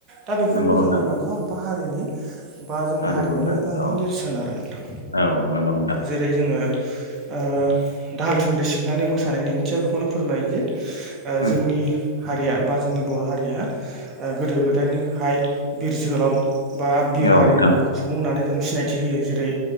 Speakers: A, on the right; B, on the left.
A: दा बेफोरबो
B: नंगौ नोंथां
A: जोंनि मोनफा मोनफा हारिनि बा जोंनि
B: हारिमु
A: हारिमुनि
B: जायगा
A: मोनफा मोनफा
B: औ
A: नेरसोन आरो नोंथां
B: औ नंगौ नोंथां
A: जेरै जोङो ओ दाहाल थुंग्रि सिबनानै मोसानायनि ओंथिया बेखौनो फोरमायो जे ओ
B: उम
A: जोंनि हारिया बा जोंनि बर' हारिया ओ गोदो गोदायनिहाय बिर जोहोलाव बा बिर
B: औ
A: हारिनि
B: नोंथां
A: सुबुं होननानै जों सिनायथि होयो जेरै